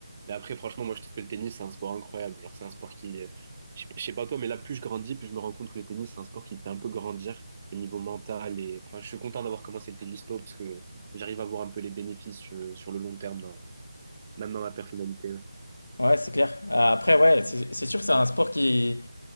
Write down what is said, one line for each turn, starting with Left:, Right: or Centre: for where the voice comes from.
Right: Mais après, franchement, moi, je trouve que le tennis, c'est un sport incroyable. Genre, c'est un sport qui, euh, je sais pas je sais pas toi, mais là, plus je grandis, plus je me rends compte que le tennis, c'est un sport qui te fait un peu grandir au niveau mental. Et enfin, je suis content d'avoir commencé le tennis tôt parce que j'arrive à voir un peu les bénéfices euh, sur, le long terme, dans- même dans ma personnalité. ouais.
Left: Ouais, c'est clair. Euh, Après, ouais, c'est c'est sûr que c'est un sport qui